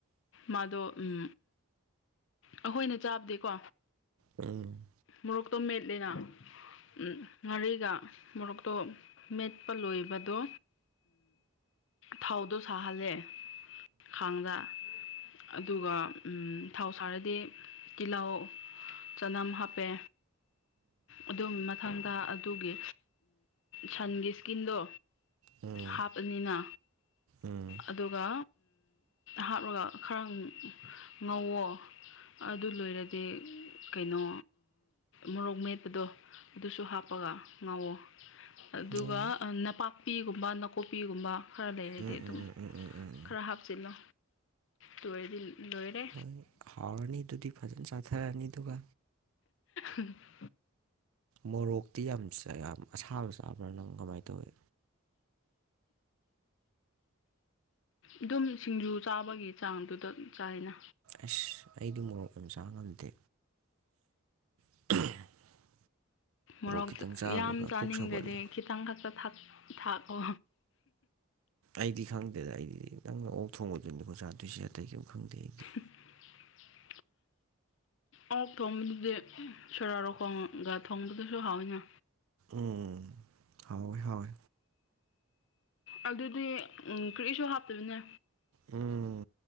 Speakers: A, on the left (about 60°); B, on the right (about 80°).
A: ꯃꯥꯗꯣ ꯎꯝ ꯑꯩꯈꯣꯏꯅ ꯆꯥꯕꯗꯤꯀꯣ
B: ꯎꯝ <unintelligible> <inaudible>
A: ꯃꯣꯔꯣꯛꯇꯣ ꯃꯦꯠꯂꯤꯅ ꯎꯝ ꯉꯥꯔꯤꯒ ꯃꯣꯔꯣꯛꯇꯣ ꯃꯦꯠꯄ ꯂꯣꯏꯕꯗꯣ ꯊꯥꯎꯗꯣ ꯁꯥꯍꯜꯂꯦ ꯈꯥꯡꯗ ꯑꯗꯨꯒ ꯊꯥꯎ ꯁꯥꯔꯗꯤ ꯇꯤꯜꯍꯥꯎ ꯆꯅꯥꯝ ꯍꯥꯞꯄꯦ ꯑꯗꯨ ꯃꯊꯪꯗ ꯑꯗꯨꯒꯤ ꯁꯟꯒꯤ ꯏꯁꯀꯤꯟꯗꯣ
B: ꯎꯝ
A: ꯍꯥꯞꯄꯅꯤꯅ
B: ꯎꯝ
A: ꯑꯗꯨꯒ ꯍꯥꯞꯂꯒ ꯈꯔ ꯉꯧꯋꯣ ꯑꯗꯨ ꯂꯣꯏꯔꯗꯤ ꯀꯩꯅꯣ ꯃꯣꯔꯣꯛ ꯃꯦꯠꯄꯗꯣ ꯑꯗꯨꯁꯨ ꯍꯥꯞꯄꯒ ꯉꯥꯎꯋꯣ ꯑꯗꯨꯒ
B: ꯅꯣꯏ
A: ꯅꯄꯥꯛꯄꯤꯒꯨꯝꯕ ꯅꯥꯀꯣꯛꯄꯤꯒꯨꯝꯕ ꯈꯔ ꯂꯩꯔꯗꯤ
B: ꯎꯝ
A: ꯑꯗꯨꯝ
B: ꯎꯝ ꯎꯝ ꯎꯝ ꯎꯝ ꯎꯝ
A: ꯈꯔ ꯍꯥꯞꯆꯤꯜꯂꯣ ꯇꯔꯗꯤ ꯂꯣꯏꯔꯦ
B: ꯅꯣꯏ ꯍꯥꯎꯔꯅꯤ ꯑꯗꯨꯗꯤ ꯐꯖꯅ ꯆꯥꯊꯔꯛꯑꯅꯤ ꯑꯗꯨꯒ
A: ꯎꯝ <unintelligible> <inaudible>
B: ꯃꯣꯔꯣꯛꯇꯤ ꯌꯥꯝ ꯌꯥꯝ ꯑꯁꯥꯕ ꯆꯥꯕ꯭ꯔꯥ ꯅꯪ ꯀꯃꯥꯏꯅ ꯇꯧꯋꯤ
A: ꯑꯗꯨꯝ ꯁꯤꯡꯖꯨ ꯆꯥꯕꯒꯤ ꯆꯥꯡꯗꯨꯗ ꯆꯥꯏꯅ
B: ꯑꯁ ꯑꯩꯗꯤ ꯃꯣꯔꯣꯛ ꯑꯣꯏꯅ ꯆꯥꯕ ꯉꯝꯗꯦ <unintelligible> <inaudible>
A: ꯃꯣꯔꯣꯛ
B: ꯈꯤꯇꯪ ꯆꯥꯕꯒ
A: ꯌꯥꯝ ꯆꯥꯅꯤꯡꯗꯗꯤ
B: ꯄꯨꯛ ꯁꯧꯒꯠꯂꯦ
A: ꯈꯤꯇꯪ ꯈꯛꯇ ꯊꯥꯛꯑꯣ
B: ꯑꯩꯗꯤ ꯈꯪꯗꯦꯗ ꯑꯩꯗꯤ ꯅꯪꯅ ꯑꯣꯛ ꯊꯣꯡꯕꯗꯣꯏꯅꯤꯀꯣ ꯆꯥꯗꯣꯏꯁꯦ ꯑꯇꯩ ꯀꯩꯝ ꯈꯪꯗꯦ ꯑꯩꯗꯤ
A: <unintelligible> <inaudible> ꯑꯣꯛ ꯊꯣꯡꯕꯗꯨꯗꯤ ꯁꯣꯔꯥꯔꯣꯛꯈꯣꯡꯒ ꯊꯣꯡꯕꯗꯨꯁꯨ ꯍꯥꯎꯋꯤꯅ
B: ꯎꯝ ꯍꯥꯎꯋꯦ ꯍꯥꯎꯋꯦ
A: ꯑꯗꯨꯗꯤ ꯀꯔꯤꯁꯨ ꯍꯥꯞꯇꯕꯅꯦ
B: ꯎꯝ